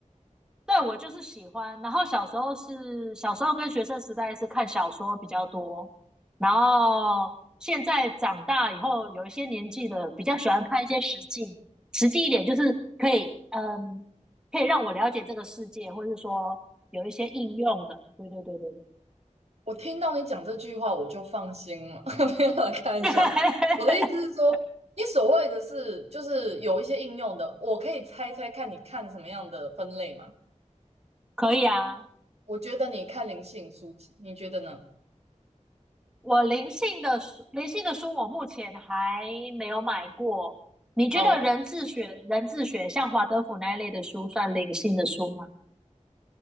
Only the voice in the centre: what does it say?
对我就是喜欢。然后小时候是小时候跟学生时代是看小说比较多，然后现在长大以后有一些年纪的，比较喜欢看一些实际实际一点，就是可以嗯可以让我了解这个世界，或是说有一些应用的。对对对对对，
<laughs>
可以啊。
我灵性的书，灵性的书我目前还没有买过。你觉得人智学、
人智学像华德福那一类的书算灵性的书吗？